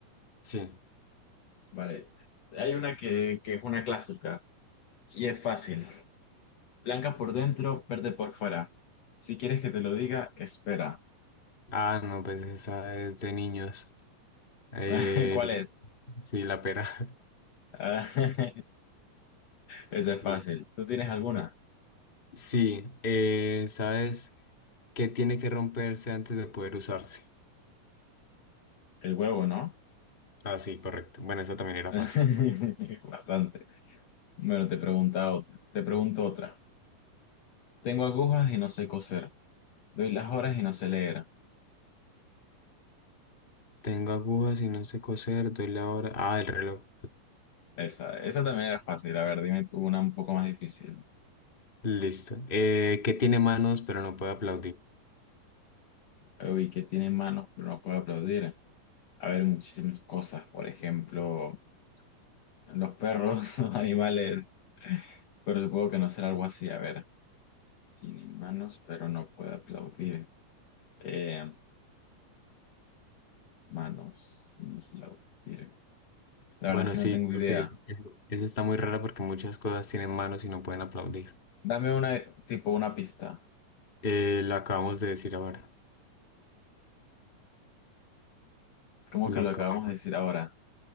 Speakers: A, on the left; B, on the left.
A: Sí.
B: Vale, hay una que, que es una clásica y es fácil. Blanca por dentro, verde por fuera. Si quieres que te lo diga, espera.
A: Ah, no, pues esa es de niños. Eh,
B: <laughs> ¿Cuál es?
A: sí, la pera. <laughs>
B: Ah, <laughs> Esa es
A: Sí,
B: fácil. ¿Tú tienes alguna?
A: es- Sí, eh, ¿sabes qué tiene que romperse antes de poder usarse?
B: El huevo, ¿no?
A: Ah, sí, correcto. Bueno, esa también era
B: <laughs>
A: fácil.
B: Bastante. Bueno, te pregunta otra. Te pregunto otra. Tengo agujas y no sé coser. Doy las horas y no sé leer.
A: Tengo agujas y no sé coser, doy la hora. Ah, el reloj.
B: Esa, esa también era fácil. A ver, dime tú una un poco más difícil.
A: Listo. Eh, ¿qué tiene manos pero no puede aplaudir?
B: Uy, que tiene manos, pero no puede aplaudir. A ver, muchísimas cosas. Por ejemplo, los perros, <laughs> los animales. Pero supongo que no será algo así. A ver, tiene manos, pero no puede aplaudir. Eh, manos, no puede aplaudir. La
A: Bueno,
B: verdad es que
A: sí,
B: no tengo
A: creo
B: idea.
A: que es- es- esa está muy rara porque muchas cosas tienen manos y no pueden aplaudir.
B: Dame una, tipo, una pista.
A: Eh, lo acabamos de decir ahora.
B: ¿Cómo
A: Lo
B: que lo
A: acabamos.
B: acabamos de decir ahora?